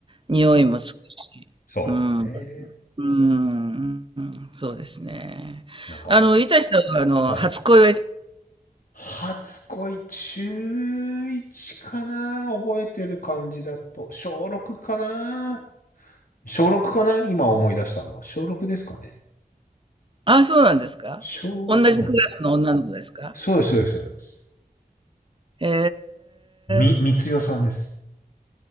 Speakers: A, on the right; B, on the left.
A: 匂いもつくし。
B: そうですね。
A: うん。うーん。そうですね。
B: なんか、
A: あの、いたしさんは、あの、
B: はい。
A: 初恋は
B: 初恋中1かな覚えてる感じだと。小6かな小6かな今思い出したのは。小6ですかね。
A: ああ、そうなんですか同じクラスの女の子ですか
B: 小、うん。そうです、そうです。そうです
A: へ
B: み、
A: え。
B: みつよさんです。